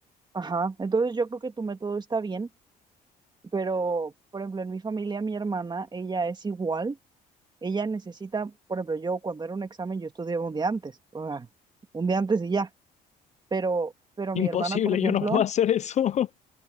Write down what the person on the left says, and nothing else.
Imposible,
yo no puedo hacer eso.